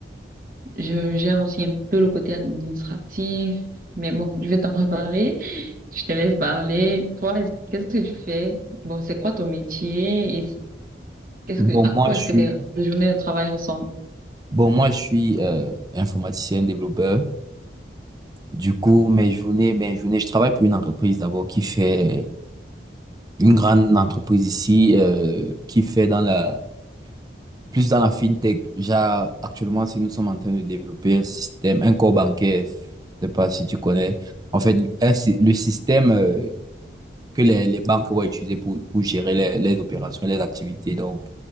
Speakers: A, on the right; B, on the right.
A: Je gère aussi un peu le côté administratif, mais bon, je vais t'en reparler. Je te laisse parler. Toi, est qu'est-ce que tu fais? Bon, c'est quoi ton métier et qu'est-ce
B: Bon,
A: que, à quoi
B: moi, je
A: est-ce
B: suis,
A: que tes tes journées de travail ressemblent?
B: bon, moi, je suis euh, informaticien, développeur. Du coup, mes journées, mes journées, je travaille pour une entreprise d'abord qui fait une grande entreprise ici, euh, qui fait dans la plus dans la fintech. Genre, actuellement, si nous sommes en train de développer un système, un corps bancaire, je sais pas si tu connais, en fait, un sy- le système euh, que les, les banques vont utiliser pour, pour gérer les, les opérations, les activités. Donc,